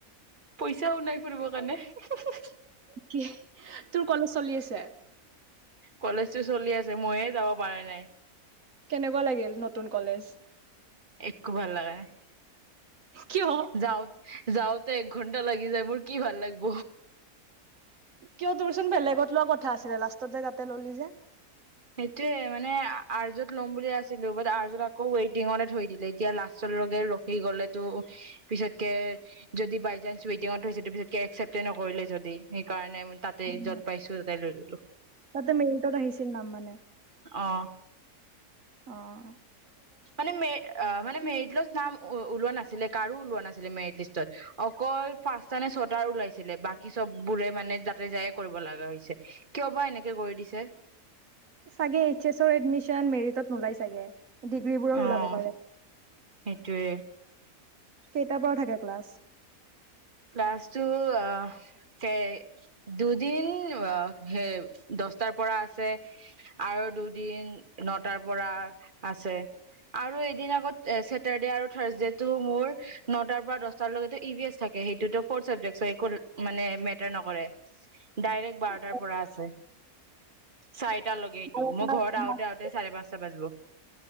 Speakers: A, on the right; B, on the right.
A: পইচাও নাই ফুৰিবৰ কাৰণে হো হো হো।
B: কিহি তোৰ কলেজ চলি আছে।
A: কলেজতো চলি আছে মইয়ে যাব পাৰা নাই।
B: কেনেকুৱা লাগিল নতুন কলেজ।
A: একো ভাল লাগা নাই
B: কিয়
A: যাও। যাওঁতে এক ঘন্টা লাগি যায় মোৰ কি ভাল লাগব।
B: কিয় তোৰচোন বেলেগত লোৱা কথা আছিলে লাষ্টত যাই তাতে ললি যে।
A: সেইটোয়ে মানে আৰ্জত ল'ম বুলি আছিলো বাট আৰ্যত আকৌ ৱেইটিঙতে থৈ দিলে এতিয়া লাষ্টৰে ৰখি গলে আৰ্যত লম বুলি আছিলোঁ বাত আৰ্যত আকু ৱেইটিং তে থৈ দিলে এতিয়া লাষ্টৰ লকে ৰখি গলেটো পিছতকে যদি বাইচান্স ৱেটিঙত থৈছে তাৰ পিছতকে এক্কচেপ্ত এ নকৰিলে যদি সেইকাৰণে তাতে
B: উম,
A: যত পাইছো তাতে লৈ ললো
B: তাতে মেৰিটত আহিছিল নাম মানে।
A: অ।
B: অঁ।
A: মানে মে অ মানে মেৰিটত নাম ওলোৱা নাছিলে। কাৰো ওলোৱা নাছিলে মেৰিট লিষ্টত। অকল পাঁচটা নে ছটা ওলাইছে ছিলে বাকী চব বোৰে মানে যাতে যায়ে কৰিব লগা হৈছে কিয় বা এনেকে কৰি দিছে
B: চাগে এইচ এছ ৰ এডমিশন মেৰিটত নোলায় চাগে। ডিগ্ৰীবোৰৰ
A: অ'
B: ওলাব পাৰে।
A: সেইটোয়ে
B: কেইটাৰ পৰা থাকে ক্লাছ।
A: ক্লাছ টু অহ। সেই দুদিন ওৱ সেই দছটাৰ পৰা আছে আৰু দুদিন নটাৰ পৰা আছে। আৰু এদিন আগত এ ছেটাৰৰ্ডে আৰু থাৰ্ছডেত টো মোৰ নটাৰ পৰা দছটাৰ লৈকেতো ই ভি এছ থাকে সেই সেইটোতো ফৰ্থ চাবজেক্ট একো মানে মেটাৰ নকৰে ডাইৰেক্ট
B: উম
A: বাৰটাৰ পৰা আছে চাইড টা লাগে সেইটো
B: গৰমত
A: মোৰ ঘৰত আহোতে আহোতে চাৰে পাঁচটা বাজিব